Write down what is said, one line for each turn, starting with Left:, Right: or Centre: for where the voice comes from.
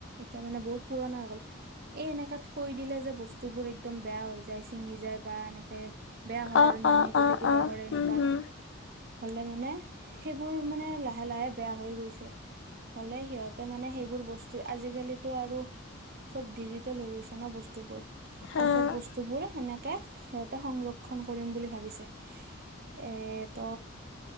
Right: এতিয়া মানে বহুত পুৰণা হৈ গ'ল। এই এনেকাে থৈ দিলে যে বস্তুবোৰ একদম বেয়া হৈ যায়, ছিঙি যায় বা এনেকে বেয়া হয়
Left: অ
Right: আৰু নিগনি
Left: অ
Right: কুটে
Left: অ
Right: কিবা
Left: অ
Right: কৰে এনেকুৱা।
Left: উম হুম
Right: হ'লে মানে সেইবোৰ মানে লাহে-লাহে বেয়া হৈ গৈছে। হ'লে সিহঁতে মানে সেইবোৰ বস্তু আজিকালিতো আৰু চব ডিজিটেল হৈ গৈছে ন' বস্তুবোৰ,
Left: হা
Right: ত' চব বস্তু বোৰ সেনে কে সিহঁতে সংৰক্ষণ কৰিম বুলি ভাবিছে এ ত'